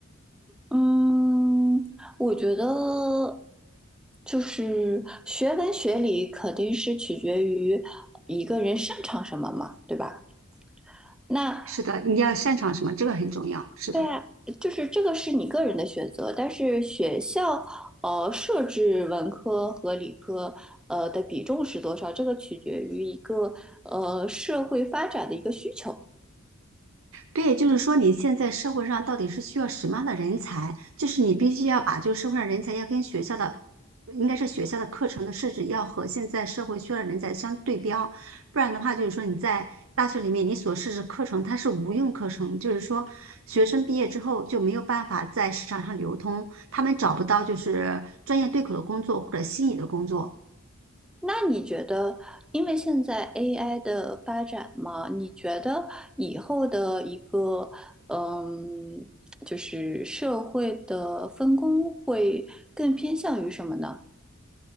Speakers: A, in the centre; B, on the right (about 70°).
A: 嗯，我觉得就是学文学理肯定是取决于一个人擅长什么嘛，对吧？那
B: 是的，你要擅长什么？这个很重要。是的。
A: 对啊，就是这个是你个人的选择，但是学校呃设置文科和理科呃的比重是多少，这个取决于一个呃社会发展的一个需求。
B: 对，就是说你现在社会上到底是需要什么样的人才？就是你必须要把就是社会上人才要跟学校的，应该是学校的课程的设置要和现在社会需要的人才相对标，不然的话就是说你在大学里面你所设置课程它是无用课程，就是说学生毕业之后就没有办法在市场上流通，他们找不到就是专业对口的工作或者心仪的工作。
A: 那你觉得，因为现在 AI 的发展嘛，你觉得以后的一个，嗯，就是社会的分工会更偏向于什么呢？